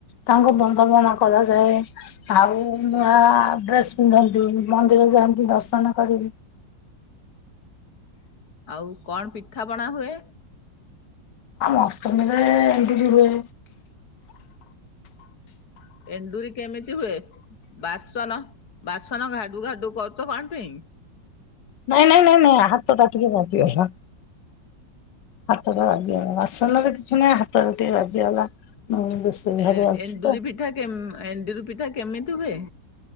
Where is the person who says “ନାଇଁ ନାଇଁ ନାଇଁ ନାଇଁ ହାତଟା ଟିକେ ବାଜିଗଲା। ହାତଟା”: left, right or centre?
Left